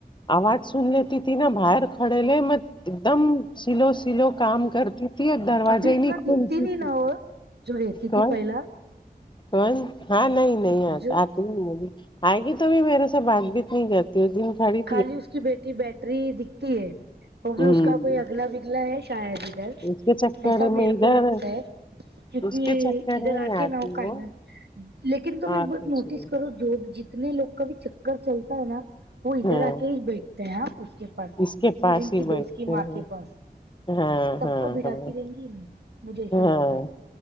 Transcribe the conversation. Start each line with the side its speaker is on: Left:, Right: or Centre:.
Left: آواز سننےتی تھی نا باہر کھڑےل م ایک دم سلو سلو کام کرتی تھی اور دروازہ
Right: ابھی
Left: ہی
Right: اتنا
Left: نہیں کھولتی
Right: دکھتی نہیں
Left: تھی
Right: ن وہ جو رہتی تھی
Left: کون
Right: پہلا
Left: کون ہاں نہیں نہیں
Right: جو
Left: آ ب آئے گی تو بھی میرے سے بات بھیت نہیں کرتی دو دن خاڑی
Right: خالی اس کی بیٹری بیٹری دکھتی ہے وہ بھی
Left: میں
Right: اس کا کوئی اگلا بگلا ہے شاید ہی
Left: اس کے چکر
Right: ایسا میرے
Left: میں ادھر
Right: کو لگتا ہے کیونکہ
Left: اس کے چکر
Right: ادھر
Left: میں
Right: آ
Left: ہی
Right: کے
Left: آتی
Right: نہ ہو کائن
Left: وہ
Right: لیکن تم
Left: اور
Right: ایک بات
Left: کچھ
Right: نوٹس
Left: نہیں
Right: کرو جو جتنے لوگ کا بھی چکر چلتا ہے نا وہ ادھر
Left: ہاں
Right: آ کے ہی بیٹھتے ہیں اس کے پاس
Left: اس کے پاس
Right: سرین
Left: ہی
Right: کی
Left: بیٹھتے
Right: دوست کی ماں
Left: ہیں
Right: کے پاس
Left: ہاں
Right: سب
Left: ہاں
Right: کو براتی
Left: ہاں
Right: دیں گی نہیں مجھے ایسا لگتا
Left: ہاں